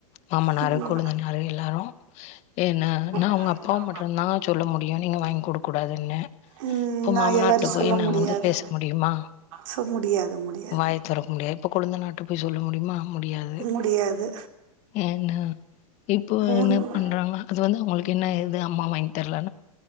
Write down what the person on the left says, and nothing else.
மாமனாரு,
கொழுந்தனாரு எல்லாரு. ஏன் நா-நா
அவுங்க அப்பாவு மட்டும்தா சொல்ல முடி யும் நீங்க வாங்கி குடுக்கூடாதுன்னு.
இப்ப
மாமனாருட்ட
போய்
நான்
வந்து பேச முடியுமா
வாய துறக்க முடியாது. இப்ப கொழுந்தனாருட்ட போய் சொல்ல முடியுமா? முடியாது.
என்ன இப்போ
என்ன பண்றாங்கனா, அது வந்து அவங்களுக்கு என்ன இது அம்மா வாங்கி தரல.